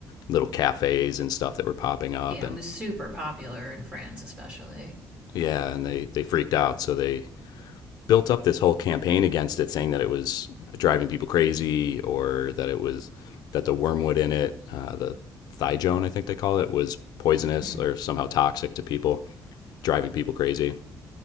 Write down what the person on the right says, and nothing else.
Yeah,
it was super popular in France, especially.
Hmm.